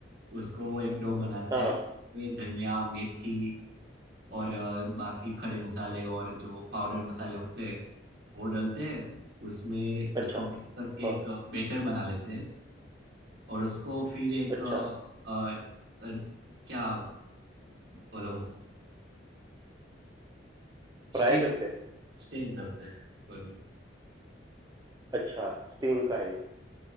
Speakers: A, on the right (about 60°); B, on the right (about 20°).
A: उसको एक डो बनाते
B: हाँ हाँ
A: हैं वे धनिया मेथी और अ, बाकी खड़े मसाले और जो पाउडर मसाले होते हैं वो डालते हैं उसमें उसको
B: अच्छा
A: मिक्स करके
B: हाँ
A: एक बैटर बना लेते हैं और उसको फिर एक
B: अच्छा
A: अ, अ, अ, क्या बोलो
B: फ्राई
A: स्टीम
B: करते हैं
A: स्टीम करते हैं सॉरी
B: अच्छा स्टीम का है ये